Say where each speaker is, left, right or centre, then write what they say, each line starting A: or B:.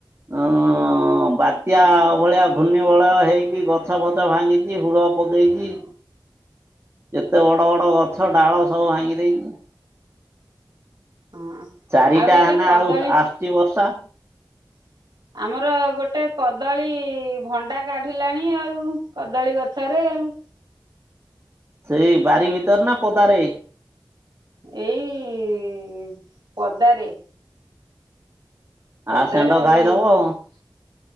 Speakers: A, on the right; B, on the right.
A: ଉ-ଉ-ଉ ବାତ୍ୟା ଭଳିଆ ଘୂର୍ଣ୍ଣିବଳୟ ହେଇକି ଗଛ ଫଛ ଭାଙ୍ଗିିକି ହୁଳ <inaudible> ପକେଇଚି କେତେ ବଡ଼ ବଡ଼ ଗଛ ଡାଳ ସବୁ ଭାଙ୍ଗି ଦେଇଚି।
B: ହଁ
A: ଚାରିଟା
B: ଆଉ ଗୋଟେ
A: ହେନା
B: କଦଳୀ
A: ଆଉ ଆସୁଚି ବର୍ଷା।
B: <inaudible> ଆମର ଗୋଟେ କଦଳୀ ଭଣ୍ଡା କାଢ଼ିଲାଣି ଆଉ କଦଳୀ ଗଛରେ ଆଉ।
A: ସେଇ ବାରି ଭିତରେନା ପଦାରେ?
B: ଏଇ-ଇ-ଇ-ପଦାରେ। ପଦାରେ
A: ଆ ଷେଣ୍ଢ
B: ଆମ
A: ଖାଇଦବ
B: ଘ <unintelligible>